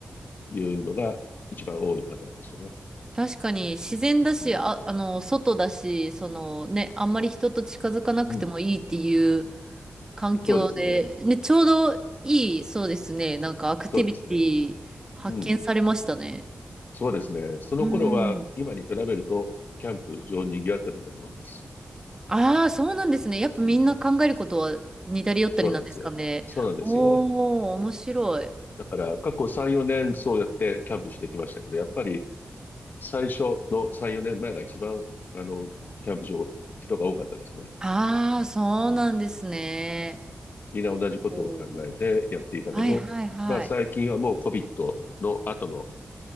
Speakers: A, on the left; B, on the right.
A: いうのが一番多いパターンでしたね。
B: 確かに自然だし、
A: うん。
B: あ、あの、外だし、そのね、あんまり人と近づかなくてもいいっていう
A: うん。
B: 環境で、
A: そうですね。
B: ね、ちょうどいい、そうですね。なんかアクティビティ発見されましたね。
A: そうですね。うん。そうですね。その頃は今に比べると、
B: うん。
A: キャンプ場賑わってたと思います。
B: ああ、そうなんですね。やっぱみんな考えることは似たり寄ったりなんですかね。
A: うん。そうなんですよ。そうなんですよ。
B: おー、面白い。
A: だから過去3、4年そうやってキャンプしてきましたけど、やっぱり最初の3、4年前が一番、あの、キャンプ場、人が多かったですね。
B: ああ、そうなんですね。
A: うん。みんな同じことを考えてやっていたけど、
B: おーはいはいはい。
A: まあ最近はもう COVID の後の、